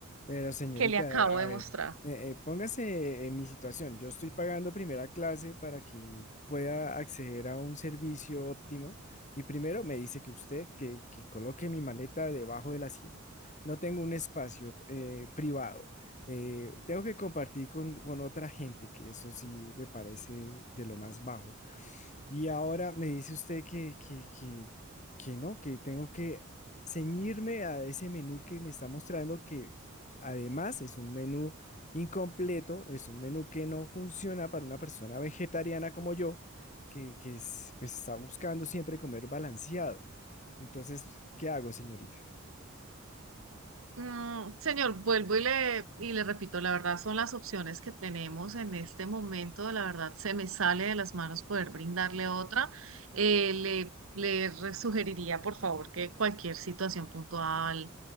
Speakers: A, on the left (about 35°); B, on the right (about 75°).
A: Pero señorita,
B: que le acabo de
A: a ver,
B: mostrar.
A: eh, eh, póngase en mi situación. Yo estoy pagando primera clase para que pueda acceder a un servicio óptimo y primero me dice que usted que, que coloque mi maleta debajo del asiento. No tengo un espacio eh, privado. Eh, tengo que compartir con, con otra gente, que eso sí me parece de lo más bajo. Y ahora me dice usted que, que, que, que no, que tengo que ceñirme a ese menú que me está mostrando que Además, es un menú incompleto, es un menú que no funciona para una persona vegetariana como yo, que, que es- pues, está buscando siempre comer balanceado. Entonces, ¿qué hago, señorita?
B: Mm, señor, vuelvo y le, y le repito, la verdad son las opciones que tenemos en este momento, la verdad se me sale de las manos poder brindarle otra. Eh, le, le re- sugeriría, por favor, que cualquier situación puntual